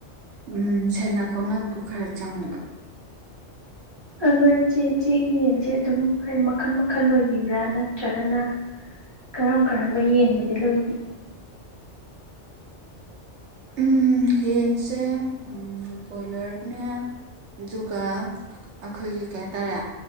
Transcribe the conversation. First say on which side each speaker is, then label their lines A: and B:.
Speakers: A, on the right; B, on the right.
A: ꯎꯝ ꯁꯦꯟꯅ ꯈꯣꯠꯅꯕꯗꯣ ꯈꯔ ꯆꯪꯕ
B: ꯑꯗꯣ ꯏꯆꯦ ꯏꯆꯦꯒꯤ ꯌꯦꯟꯖꯦ ꯑꯗꯨꯝ ꯍꯥꯏꯗꯤ ꯃꯈꯜ ꯃꯈꯜ ꯂꯣꯏꯕꯤꯕ꯭ꯔꯥ ꯅꯠꯇ꯭ꯔꯒꯅ ꯀꯔꯝ ꯀꯔꯝꯕ ꯌꯦꯡꯒꯗꯤ ꯂꯣꯏꯕꯤ
A: ꯎꯝ ꯌꯦꯟꯁꯦ ꯎꯝ ꯕꯣꯏꯂꯔ ꯅꯦ ꯑꯗꯨꯒ ꯑꯩꯈꯣꯏꯒꯤ ꯀꯩ ꯍꯥꯏꯇꯥꯔꯦ